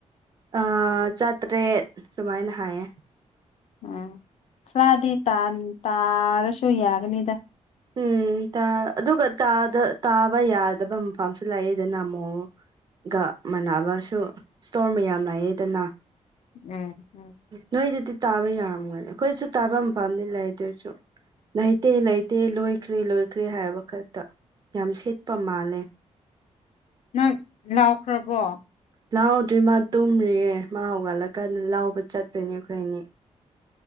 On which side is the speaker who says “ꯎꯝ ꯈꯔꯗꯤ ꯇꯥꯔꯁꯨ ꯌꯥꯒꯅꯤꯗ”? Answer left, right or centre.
Left